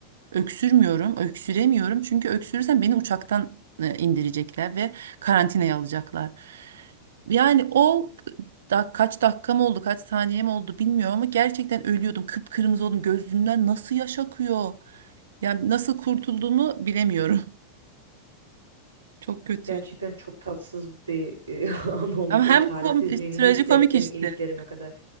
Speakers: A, on the right; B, on the right.
A: Öksürmüyorum, öksüremiyorum. Çünkü öksürürsem beni uçaktan e, indirecekler ve karantinaya alacaklar. Yani o da kaç dakikam oldu, kaç saniyem oldu bilmiyorum ama gerçekten ölüyordum. Kıpkırmızı oldum. Gözümden nasıl yaş akıyor? Yani nasıl kurtulduğumu bilemiyorum. <laughs> Çok kötüydü.
B: Gerçekten çok tatsız bir e, <laughs> an olmuş.
A: Ama
B: O
A: hem
B: çaresizliğini
A: kom trajikomik
B: hissettim
A: işte.
B: iliklerime kadar.